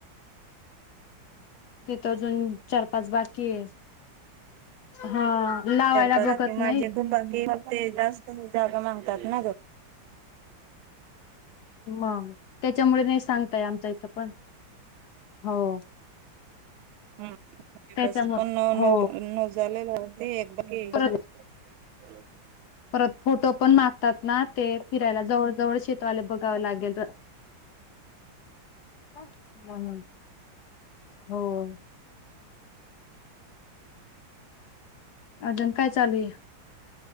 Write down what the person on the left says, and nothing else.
तिथं अजून. चार पाच बाकीये, हा लावायला
वखत
नाही.
मग त्याच्यामुळे नाही सांगताय, आमच इथं पण, हो.
त्याच्यामुळे
हो
परत परत फोटो पण मागतात ना, ते फिरायला जवळ जवळ शेतवाले बघावं लागेल. हम्म हम्म हो. अजून काय चालूये.